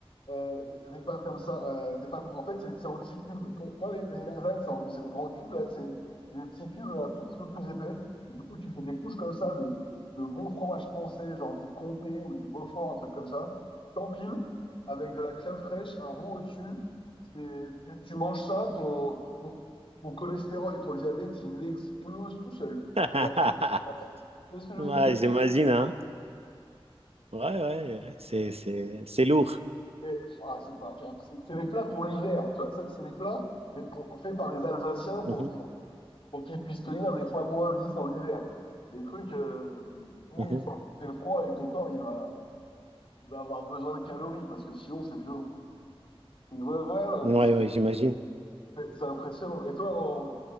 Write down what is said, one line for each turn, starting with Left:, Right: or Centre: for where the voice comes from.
Left: euh, des, des pâtes comme ça, euh, des pâtes comme- En fait, c'est c'est en petits cubes. Quand, quand les, les lasagnes, c'est en- c'est des grands cubes, là, c'est des petits cubes, mais un tout petit peu plus épais. Et du coup, tu fais des couches comme ça de, de bon fromage français, genre du comté ou du Beaufort, un truc comme ça. T'empiles avec de la crème fraîche, un roux au-dessus. C'est- Tu, tu manges ça, ton, ton, ton cholestérol et ton diabète, il explose tout seul.
Right: <laughs>
Left: Il y a, tu vois ce que je
Right: Ouais,
Left: veux dire? Il y a-
Right: j'imagine, hein? Ouais, ouais, ouais. C'est, c'est, c'est lourd.
Left: Et, ah, c'est pas qu'un- c'est c'est des plats pour l'hiver. tu vois, ça, C'est des plats qui- qu'on fait par les Alsaciens pour,
Right: Mhm,
Left: qu'ils- pour qu'ils puissent tenir des fois moins 10 en hiver. Des trucs euh, où
Right: mhm.
Left: il faut accepter le froid et ton corps il va, il va avoir besoin de calories parce que sinon c'est violent. Et Ouais, ouais, non,
Right: Ouais,
Left: mais c'est
Right: ouais, j'imagine.
Left: c'est- c'est impressionnant. Et toi, en-